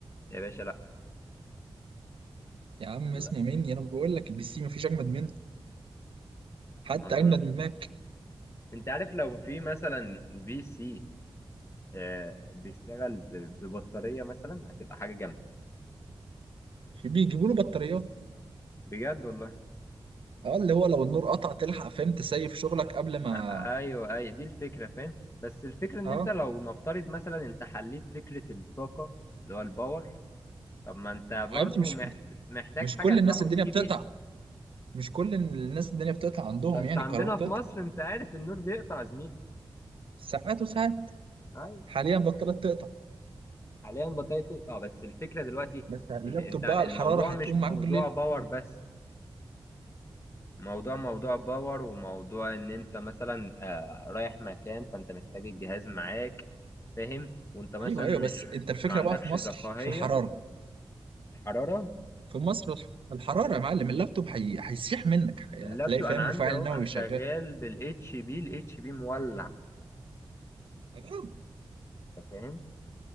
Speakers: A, on the left (about 30°); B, on the right (about 70°).
A: لي. يا باشا لا
B: يا عم
A: لا
B: اسمع مني انا بقول لك البي سي مفيش اجمد منه حتى
A: ما اظنش
B: اجمد من ماك
A: انت عارف لو في مثلا بي سي آه، بيشتغل ب- ببطارية مثلا هتبقى حاجة جامدة
B: بيجيبوا له بطاريات
A: بجد والله
B: اه اللي هو لو النور قطع تلحق فاهم تسيف شغلك قبل
A: ما
B: ما
A: ايوه اي دي الفكرة فاهم بس الفكرة ان
B: اه
A: انت لو نفترض مثلا انت حليت فكرة الطاقة اللي هو الباور طب ما انت
B: ما
A: برضو
B: يا ابني مش
A: محت- محتاج
B: مش
A: حاجة
B: كل
A: تروح
B: الناس
A: وتيجي
B: الدنيا بتقطع
A: بيها
B: مش كل الناس الدنيا بتقطع عندهم
A: بس
B: يعني
A: عندنا
B: الكهرباء بتقطع
A: في مصر انت عارف النور بيقطع يا زميلي
B: ساعات وساعات
A: اي
B: حاليا بطلت تقطع
A: حاليا البطارية بتقطع بس الفكرة دلوقتي
B: بس اللابتوب
A: إيه، انت الموضوع
B: بقى الحراره هتقوم
A: مش موضوع
B: معاك بالليل
A: باور بس موضوع موضوع باور وموضوع ان انت مثلا آه، رايح مكان فانت محتاج الجهاز معاك فاهم وانت مثلا
B: ايوه
A: مش
B: ايوه بس انت الفكره
A: ما عندكش
B: بقى في مصر
A: الرفاهية
B: في الحراره
A: الحرارة
B: في مصر الحراره يا معلم اللابتوب هي... هيسيح منك هي-
A: اللابتوب
B: هتلاقي فاهم
A: انا عندي
B: مفاعل
A: اهو
B: نووي
A: انا شغال
B: شغال
A: بالاتش بي الاتش بي مولع
B: آه.
A: أنت فاهم